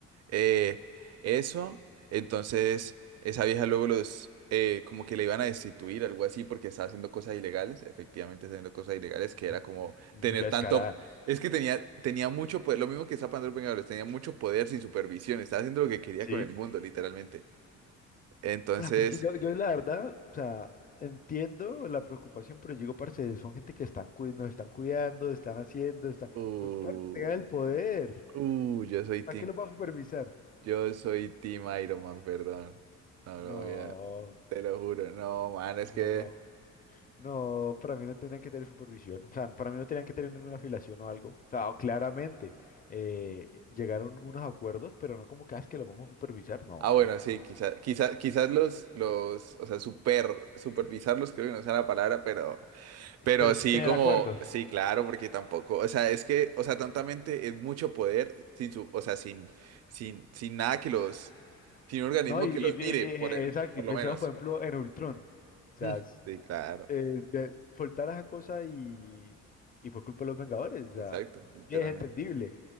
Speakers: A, on the right; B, on the left.
A: Eh, eso, entonces esa vieja luego los, eh, como que le iban a destituir, algo así, porque estaba haciendo cosas ilegales, efectivamente haciendo cosas ilegales, que era
B: eh,
A: como
B: mucha
A: tener
B: descarada.
A: tanto, es que tenía, tenía mucho poder, lo mismo que está Pandora Vengadores, tenía mucho poder sin supervisión, estaba haciendo lo que quería
B: Sí.
A: con el mundo,
B: <laughs>
A: literalmente. Entonces,
B: Ah, porque yo, yo la verdad, o sea, entiendo la preocupación, pero digo, parce, son gente que están cui- nos están cuidando, están haciendo, están,
A: uh,
B: pues para que tengan el poder,
A: uh, yo soy Team,
B: ¿para qué lo va a supervisar?
A: yo soy Team Iron Man, perdón, no
B: No,
A: lo voy a, te lo juro, no, man,
B: no.
A: es que...
B: No, para mí no tenía que tener supervisión, o sea, para mí no tenían que tener ninguna afiliación o algo, o sea, claramente eh, llegaron unos acuerdos, pero no como que, "Ah, es que lo vamos a supervisar, no,
A: Ah, bueno, sí, quizás, quizás, quizás los, los, o sea, super, supervisarlos, creo que no sea la palabra, pero, pero
B: Pero sí
A: sí,
B: tener
A: como,
B: acuerdos.
A: sí, claro, porque tampoco, o sea, es que, o sea, tontamente es mucho poder sin su, o sea, sin, sin, sin nada que los, sin un organismo
B: no, y,
A: que
B: y-
A: los
B: y-
A: mire,
B: <laughs>
A: por,
B: y- exacto,
A: por
B: y pensemos,
A: lo menos.
B: por ejemplo,
A: <laughs>
B: en Ultron, o sea,
A: Mm,
B: s-
A: Sí, claro,
B: eh, de- soltar esa cosa y, y fue culpa de los Vengadores, o sea,
A: exacto, literalmente.
B: y es entendible.